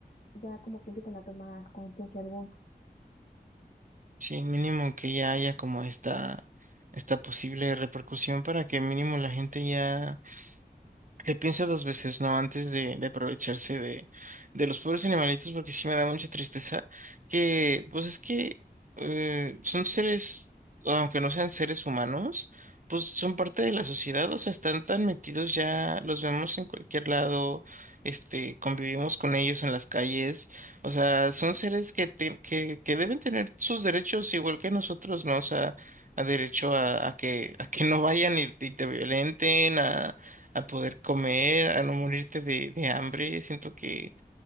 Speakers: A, on the left (about 55°); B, on the right (about 55°).
A: ya como que empiezan a tomar conciencia alguna.
B: Sí, mínimo que ya haya como esta, esta posible repercusión para que mínimo la gente ya Le pienso dos veces, ¿no? Antes de, de aprovecharse de, de los pobres animalitos, porque sí me da mucha tristeza que, pues es que eh, son seres, aunque no sean seres humanos, pues son parte de la sociedad, o sea, están tan metidos ya, los vemos en cualquier lado, este, convivimos con ellos en las calles, o sea, son seres que, te- que, que deben tener sus derechos igual que nosotros, ¿no? O sea, a derecho a, a que, a que no vayan y, y te violenten, a poder comer, a no morirte de, de hambre. Siento que,